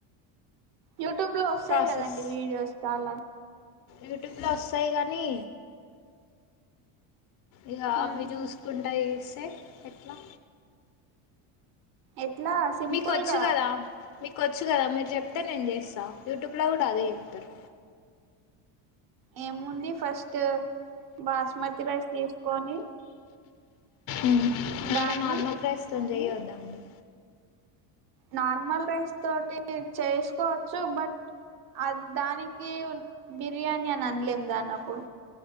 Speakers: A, on the right (about 50°); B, on the left (about 45°).
A: యూట్యూబ్ లో వస్తాయి
B: ప్రాసెస్
A: కదండి వీడియోస్ ఫాల
B: యూట్యూబ్లో వస్తాయి కానీ ఇక
A: మ్,
B: అవి చూసుకుంటా చేస్తే ఎట్లా
A: ఎట్లా సింపుల్
B: మీకోచ్చు
A: గా
B: కదా మీకు కొచ్ చ్చు కదా మీరు చెప్తే నేను చేస్తా యూట్యూబ్లో కూడా అదే చెప్తారు
A: ఏముంది ఫస్ట్ బాస్మతి రైస్ తీసుకొని
B: ఉమ్ హు అంటే
A: దాన్ని
B: నార్మల్ రైస్ తోని చేయద్దా అండి
A: నార్మల్ రైస్ తోటి చేసుకోవచ్చు బట్ అ దానికి బిర్యానీ అని అనలేం దాన్నప్పుడు